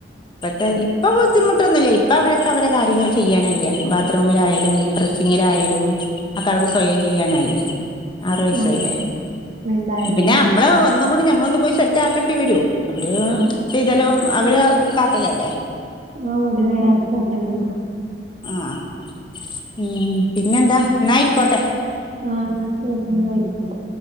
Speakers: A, on the left; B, on the right.
A: ഇപ്പത്തെയ് പ്പൊ ബുദ്ധിമുട്ടൊന്നുല്ലേയ് പ്പവരൊക്ക അവരെ കാര്യങ്ങള് ചെയ്യാനായീലേ, ബാത്റൂമിലായാലും ഡ്രസ്സിങ്ങിലായാലും അക്കെ അവര് സ്വയം ചെയ്യാനായില്ലേ ആറു വയസായില്ലേ
B: ആഹ് മിണ്ടായല്ലോല്ലേ
A: പിന്നമ്മള് ന്നും കൂടി ഞമ്മളൊന്ന് പോയി സെറ്റ് ആക്കണ്ടി വരും അവര്
B: ആഹ്
A: ചെയ്താലും അവരെ കാട്ടലല്ലേ
B: ആഹ് മുടി നേരാക്കലൊക്ക്ണ്ട്
A: ആഹ് ഉം പിന്നെന്താ ന്നായിക്കോട്ടെ
B: ആഹ് ന്നാ ശരിന്നാ ആയിക്കോട്ടെ